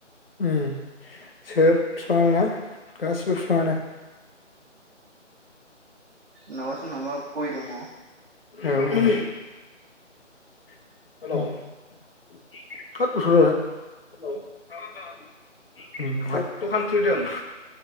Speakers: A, on the left (about 50°); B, on the right (about 55°).
A: उम सोब फिफाङानो ना गासिबो फिफाङानो <inaudible>
B: सोरनाबा सोरनाबा गय दङ।
A: औ औ <unintelligible> हेल' <unintelligible> उम <unintelligible> दखान खुलिदों